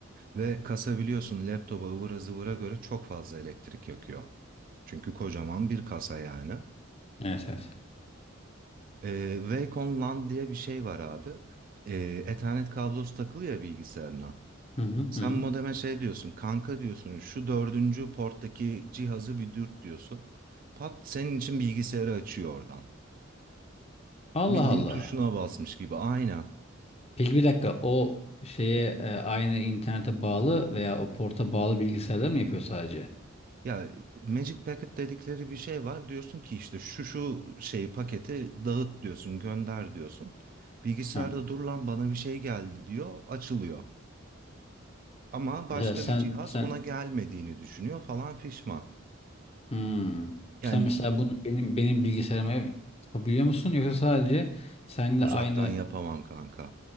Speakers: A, on the right; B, on the left.
A: Ve kasa biliyorsun laptopa ıvıra zıvıra göre çok fazla elektrik yakıyor. Çünkü kocaman bir kasa yani.
B: evet evet.
A: Ee, Wacom LAN diye bir şey var abi. Ee, Ethernet kablosu takılı ya bilgisayarına.
B: Hı hı,
A: Sen
B: hı hı.
A: modeme şey diyorsun, kanka diyorsun, şu dördüncü porttaki cihazı bir dürt diyorsun. Pat senin için bilgisayarı açıyor oradan.
B: Allah
A: Bildiğin
B: Allah.
A: tuşuna basmış gibi aynen.
B: Peki bir dakika o şeye e, aynı internete bağlı veya o porta bağlı bilgisayarlar mı yapıyor sadece?
A: Ya Magic Packet dedikleri bir şey var. Diyorsun ki işte şu şu şeyi paketi dağıt diyorsun, gönder diyorsun. Bilgisayarda
B: Hı.
A: dur lan bana bir şey geldi diyor, açılıyor. Ama başka
B: Mesela sen
A: bir cihaz
B: sen
A: ona gelmediğini düşünüyor falan fişman.
B: Hmm.
A: Yani
B: Sen mesela bunu benim benim bilgisayarıma yapabiliyor musun yoksa sadece seninle
A: uzaktan
B: aynı
A: yapamam kanka.